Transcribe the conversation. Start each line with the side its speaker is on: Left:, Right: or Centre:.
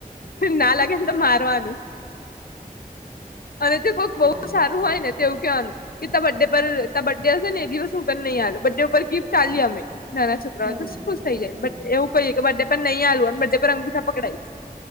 Left: ના લાગેન તો મારવાનુ અને તે કોઈક બહુ
Right: ના
Left: સારું હોય ને તો એવું કેવાનુ કે તા બડ્ડે પર તા બ્ડે હશે ને એ દિવસ હું તન નઈ આલુ બડે ઉપર ગિફ્ટ આલિયે અમે નાના છોકરાઓ
Right: હમ
Left: તો સ્કૂ થઈ જાય
Right: હમ
Left: બટ એવું કહીએ કે બર્ડે પર નહી આલુ અને બર્ડે પર અંગૂઠા પકડાઈ